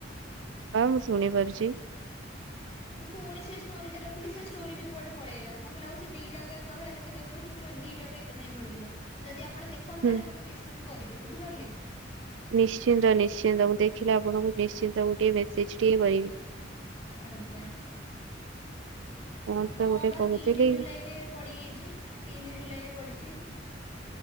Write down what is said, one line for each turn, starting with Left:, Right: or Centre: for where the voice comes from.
Right: ହମୁଁ ଶୁଣି ପାରୁଛି।
Left: ମୁଁ ପୁଣି ସେ ଷ୍ଟୋରିଟା ରଖିଲି ସେ ଷ୍ଟୋରୀ ବି କୁଆଡେ ପଳେଇଗଲା ମୋତେ ଲାଗୁଛି ଆଉ ସେ ଦିଟା ଏକାଭଳିଆ ଦେଖାଯାଉଥିବ ଷ୍ଟୋରୀ ଦିଟା ପାଇଁ ଏକା ସାଙ୍ଗେ ପଡିଯିବ ଯଦି ଆପଣ ଦେଖନ୍ତୁ
Right: ହୁଁ।
Left: ତାହେଲେ ମତେ ମେସେଜ କରିବେ ବୁଝିପାରିଲେ?
Right: ନିଶ୍ଚିନ୍ତ ନିଶ୍ଚିନ୍ତ ମୁଁ ଦେଖିଲି ଆପଣଙ୍କୁ ନିଶ୍ଚିନ୍ତ ଗୋଟିଏ ମେସେଜ ଟିଏ କରିବି।
Left: ଆଜ୍ଞା।
Right: କଣ ତ
Left: ହଁ
Right: ଗୋଟେ
Left: ବା
Right: କହୁଥିଲି
Left: ତିନି ଜୁଲାଇ ରେ ପଡିଯାଇଛି। ତିନି ଜୁଲାଇରେ ପଡ଼ିଛି।